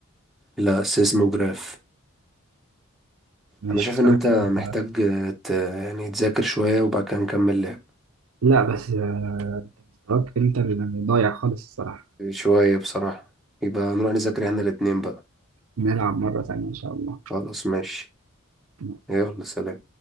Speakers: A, in the centre; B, on the right (about 75°).
A: لا سيسموجراف
B: ماشي
A: انا شايف
B: اسألك
A: ان انت محتاج
B: كده
A: آه، ت... يعني تذاكر شوية وبعد كده نكمل لعب
B: لا بس آه، مستواك انت اللي ضايع خالص الصراحة
A: شوية بصراحة يبقى نروح نذاكر احنا الاتنين بقى
B: نلعب مرة تانية ان شاء الله
A: خلاص ماشي
B: ماشي.
A: يلا سلام